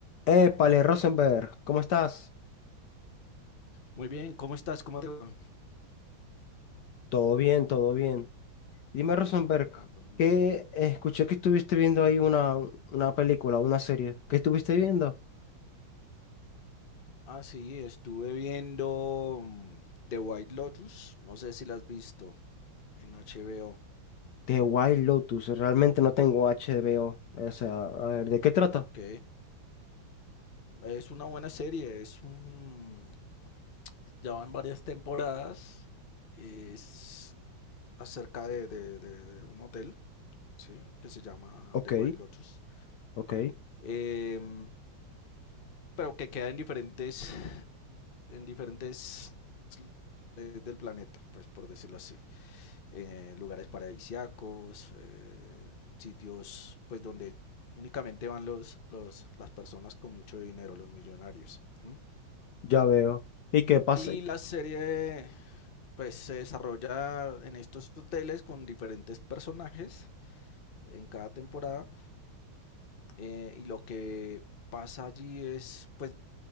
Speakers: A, on the left; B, on the left.
A: Épale, Rosenberg, ¿cómo estás?
B: Muy bien, ¿cómo estás? ¿Cómo te va?
A: Todo bien, todo bien. Dime, Rosenberg,
B: Ah, cabrón.
A: que escuché que estuviste viendo ahí una, una película, una serie. ¿Qué estuviste viendo?
B: Ah, sí, estuve viendo mm, The White Lotus. No sé si la has visto en HBO.
A: The Wild Lotus. Realmente no tengo H HBO. O O sea, a ver, ¿de qué trata?
B: Ok. Es una buena serie. Es un- ya van varias temporadas. Es acerca de, de- de- de un hotel, ¿sí? Que se llama
A: Ok,
B: The White Lotus.
A: ok,
B: Em, pero que queda en diferentes, en diferentes eh, del planeta, pues por decirlo así. eh, lugares paradisíacos, eh, sitios pues donde únicamente van los, los, las personas con mucho dinero, los millonarios. ¿Mm?
A: ya veo. ¿Y qué pasa?
B: Y la serie pues se desarrolla en estos hoteles con diferentes personajes en cada temporada eh, y lo que pasa allí es pues